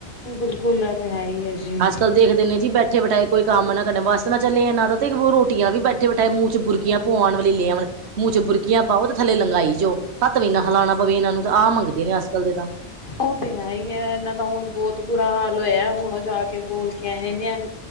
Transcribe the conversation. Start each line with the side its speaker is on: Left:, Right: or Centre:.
Left: ਬਿਲਕੁਲ ਇਹ ਤੇ ਹੈ ਹੀ ਹੈ ਜੀ
Right: ਅੱਜ ਕੱਲ ਦੇਖਦੇ ਨੇ ਜੀ ਬੈਠੇ ਬੈਠਾਏ ਕੋਈ ਕੰਮ ਨਾ ਕਰ, ਵੱਸ ਨਾ ਚਲੇ ਏਹਨਾਂ ਤੇ ਉਹ ਰੋਟੀਆਂ ਵੀ ਬੈਠੇ ਬੈਠਾਏ ਮੂੰਹ ਚ ਬੁਰਕੀਆਂ ਪੁਆਣ ਵਾਲੀ ਲੇ ਆਓਣ, ਮੂੰਹ ਚ ਬੁਰਕੀਆਂ ਪਾਓ ਤੇ ਥਲੇ ਲੰਗਾਈ ਜੋ। ਹਤ ਵੀ ਨਾ ਹਲਾਣਾ ਪਵੇ ਇਹਨਾਂ ਨੂੰ। ਤਾਂ ਆਹ ਮੰਗਦੇ ਨੇ ਅੱਜ ਕੱਲ ਦੇ ਤਾਂ
Left: ਉਹ ਤੇ ਹੈ ਹੀ ਹੈ ਇਹਨਾਂ ਦਾ ਹੁਣ ਬਹੁਤ ਤੋਂ ਬੁਰਾ ਹਾਲ ਹੋਇਆ ਹੁਣ ਉਹ ਜਾ ਕੇ ਬੋਲ ਕੇ ਆ ਇਹਨੇ ਨਿਹੰਗ